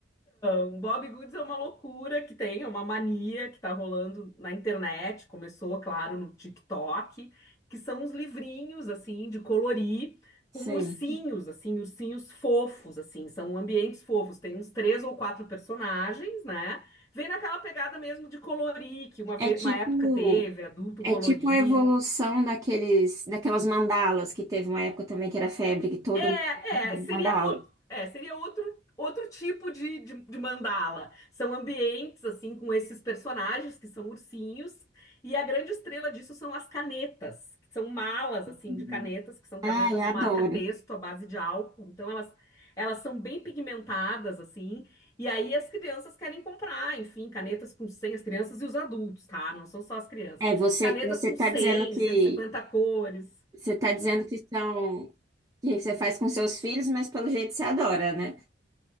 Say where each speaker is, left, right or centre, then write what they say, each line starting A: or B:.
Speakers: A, on the left; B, on the right.
A: um Bob Goods é uma loucura que tem, é uma mania que está rolando na internet, começou, claro, no TikTok, que são uns livrinhos, assim, de colorir,
B: Certo.
A: com ursinhos, assim, ursinhos fofos, assim, são ambientes fofos, tem uns três ou quatro personagens, né? Vem naquela pegada mesmo de colorir, que uma, ve-
B: É tipo,
A: uma época teve, adulto colorir,
B: é tipo a evolução daqueles, daquelas mandalas que teve uma época também que era febre, que todo
A: É,
B: mundo
A: é, seria
B: mandala.
A: outro, é, seria outro, outro tipo de, de, de mandala. São ambientes, assim, com esses personagens que são ursinhos, e a grande estrela disso são as canetas, que são malas, assim,
B: Uhum.
A: de canetas, que são canetas
B: Ai, adoro.
A: marca-texto à base de álcool. Então, elas, elas são bem pigmentadas, assim, e aí as crianças querem comprar, enfim, canetas com cem as crianças e os adultos, tá? Não são só as crianças.
B: É, você
A: Canetas
B: você
A: com
B: tá
A: cem,
B: dizendo que
A: cento e cinquenta cores.
B: você tá dizendo que são que você faz com seus filhos, mas pelo jeito você adora, né?